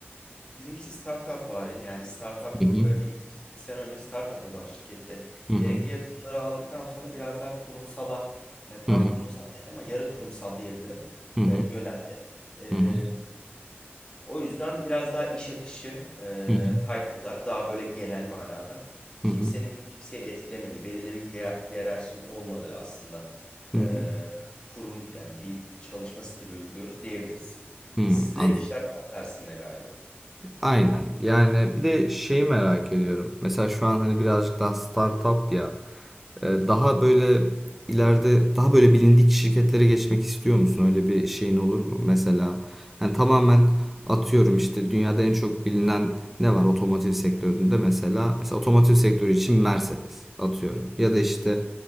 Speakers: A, on the left (about 25°); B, in the centre.
A: Bizimkisi startup vari yani startup
B: Hı hı.
A: e, bir iki, iki sene önce startup olan şirkette
B: Hı
A: gerekli
B: hı.
A: yatırımları aldıktan sonra biraz daha kurumsala e, tam
B: Hı
A: kurumsal değil ama yarı kurumsal diyebilirim
B: hı.
A: e, yöneldi. E,
B: Hı hı.
A: O yüzden biraz daha iş akışı, e,
B: Hı hı. Hı hı.
A: title'lar daha böyle genel manada kimsenin
B: Hı hı.
A: kimseyi etkilemediği, belirli bir hiye- hiyerarşinin olmadığı aslında
B: Hı
A: e,
B: hı.
A: kurum yani bir çalışma stili uyguluyoruz diyebiliriz.
B: Hı hı.
A: Sizde işler tam tersinde galiba.
B: Aynen. Yani bir de şeyi merak ediyorum. Mesela şu an hani birazcık daha startup ya. Ee, Daha böyle ileride daha böyle bilindik şirketlere geçmek istiyor musun? Öyle bir şeyin olur mu? Mesela hani tamamen atıyorum işte dünyada en çok bilinen ne var otomotiv sektöründe mesela. Mesela otomotiv sektörü için Mercedes atıyorum. Ya da işte